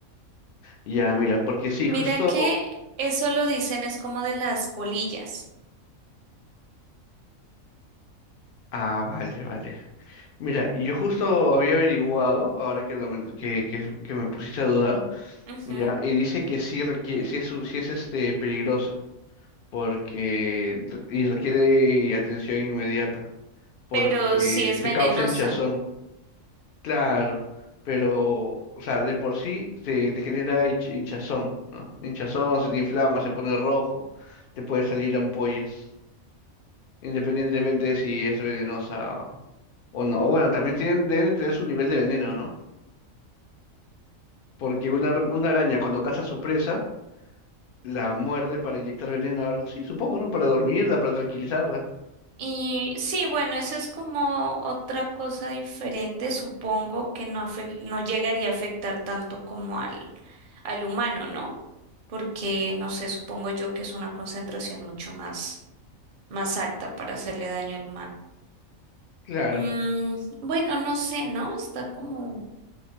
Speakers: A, on the left; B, on the right.
A: Ya, mira, porque sí,
B: Mira
A: justo.
B: que eso lo dicen es como de las polillas,
A: Ah, vale, vale. Mira, yo justo había averiguado, ahora que, lo men- que, que, que me pusiste a dudar,
B: Ujú.
A: ya, y dice que sí requiere, sí es, un- sí es este peligroso, porque re- y requiere atención inmediata, porque
B: Pero sí es
A: te
B: venenosa.
A: causa hinchazón, claro, pero, o sea, de por sí te, te genera hinch- hinchazón, ¿no? Hinchazón, se te inflama, se pone rojo, te puede salir ampollas. independientemente de si es venenosa o no. O bueno, también tienen, deben de tener su nivel de veneno, ¿no? Porque una, ar- una araña cuando caza a su presa, la muerde para inyectar veneno o algo así, supongo, ¿no? Para dormirla, para tranquilizarla.
B: Y sí, bueno, eso es como otra cosa diferente, supongo que no, afec- no llegaría a afectar tanto como al, al humano, ¿no? Porque, no sé, supongo yo que es una concentración mucho más, más alta para hacerle daño al humano.
A: Claro.
B: Mm, bueno, no sé, ¿no? Está como...